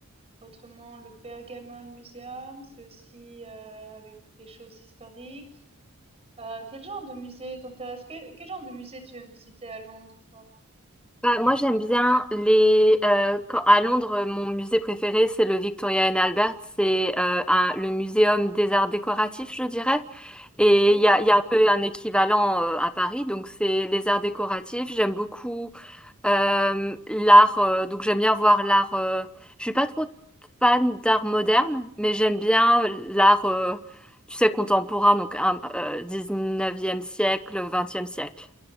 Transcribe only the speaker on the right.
autrement, le Pergamon Museum, c'est aussi euh, avec des choses historiques. Euh, quel genre de musée t'intéresse? Quel, quel genre de musée tu aimes visiter à Londres, toi?
Oui.